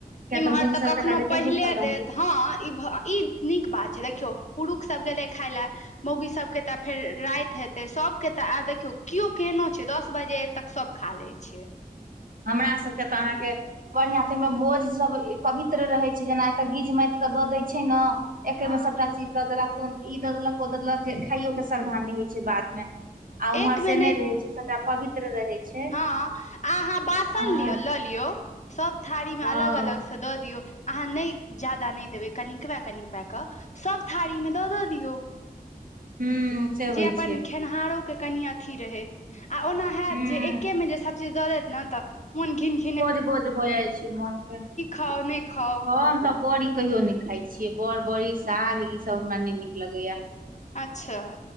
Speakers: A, on the right; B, on the left.
A: किया
B: इम्हर
A: मूग
B: तऽ,
A: सब
B: कखनो
A: एतुका लोक
B: पहिले
A: भूखल रहतै
B: देत हँ ई ई नीक बात छै, देखियौ पुरुख सब गेलै खाय लए मौगी सब के तऽ, फेर राइत हेते सबके तऽ आ देखियौ कियो केहनो छै, दस बजे तक सब खा ले दै छियै
A: हमरा सभके तऽ अहाँके बढ़िआ ताइह मे भोज सभ पवित्र रहै छै, जेना एतय गीज मथिक क दऽ दै छै न एके
B: हँ
A: मे सभटा चीज दऽ, देलक ई दऽ देलक ओ द देलक जे खाइयो के श्रद्धा ने होइ छै, बाद मे आ उम्हर
B: एक मे
A: से नै रहे छै, सबटा पवित्र रहे छै।
B: आहाँ बासन
A: हँ
B: लिया लोलियो सोब थारी मे
A: हँ
B: अलग -अलग सँ दऽ दियौ अहाँ नइ ज्यादा नइ देबै कनिकबै कनिकबै कऽ। सब थारी मे दऽ- दऽ दियौ
A: हूँ से
B: जे
A: होइ
B: अपन
A: छै
B: खेनहारो। कर कनि अथी रहै, आ ओना हेत
A: हूँ
B: जे एके में जे सब चीज दऽ देत नऽ मोन घीन-घीन।
A: ओज-गोज भऽ जाइ छै मोन फेर
B: खाउ नहि खाउ
A: हम तऽ बड़ी कहियो नहि। <unintelligible> खाय छियै बड़- बड़ी साग इऽ सभ हमरा नही नीक लगैया।
B: अच्छा।